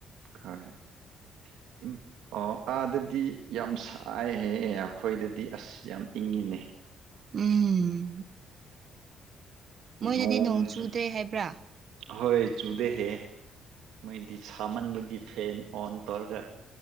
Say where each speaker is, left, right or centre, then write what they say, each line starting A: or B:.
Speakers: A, on the right; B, on the right.
A: ꯍꯣꯏꯣꯏ ꯑꯣ ꯑꯥꯗꯗꯤ ꯌꯥꯝ ꯁꯥꯏꯍꯦꯍꯦ ꯑꯩꯈꯣꯏꯗꯗꯤ ꯑꯁ ꯌꯥꯝ ꯏꯪꯉꯤꯅꯦ
B: ꯎꯝ ꯃꯣꯏꯅꯗꯤ
A: ꯅꯣꯡꯁꯨ
B: ꯅꯣꯡ ꯆꯨꯗ꯭ꯔꯦ ꯍꯥꯏꯕ꯭ꯔꯥ
A: ꯍꯣꯏ ꯆꯨꯗꯩꯍꯦ ꯃꯣꯏꯗꯤ ꯁꯥꯃꯟꯕꯒꯤ ꯐꯦꯟ ꯑꯣꯟ ꯇꯧꯔꯒ